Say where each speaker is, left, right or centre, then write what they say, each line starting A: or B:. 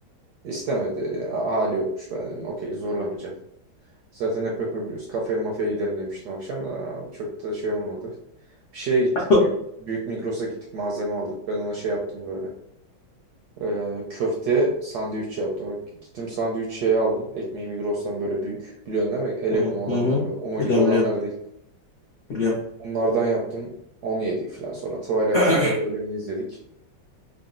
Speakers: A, on the right; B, on the left.
A: İstemedi. a- Hali yokmuş. Ben dedim okey zorlamayacağım. Zaten hep yapabiliyoruz. Kafeye mafeye gidelim demiştim akşam. Aa, çok da şey olmadı. Bir şeye gittik.
B: <laughs> Hı
A: Büyük, büyük Migros'a gittik. Malzeme aldık. Ben ona şey yaptım böyle. Ee, köfte sandviç yaptım. Gittim sandviç şeyi aldım. Ekmeği Migros'tan böyle büyük. Biliyorsun değil mi? El
B: hı.
A: yapımı olanlar
B: hı.
A: böyle. Ono
B: Biliyorum
A: gibi olanlar
B: biliyorum.
A: değil.
B: Biliyorum.
A: Onlardan yaptım. Onu yedik falan. Sonra Twilight'ın
B: <clears throat>
A: diğer bölümünü izledik.